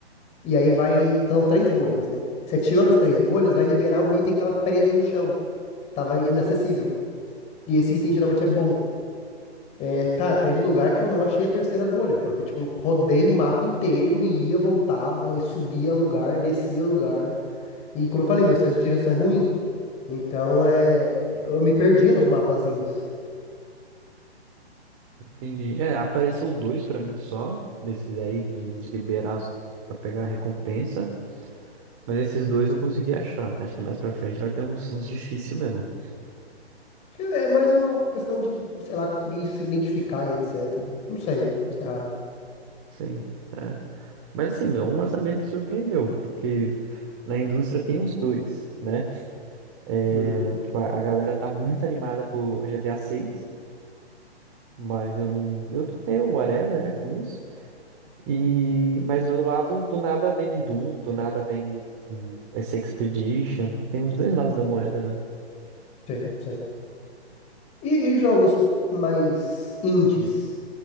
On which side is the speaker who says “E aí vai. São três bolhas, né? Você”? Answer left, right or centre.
Left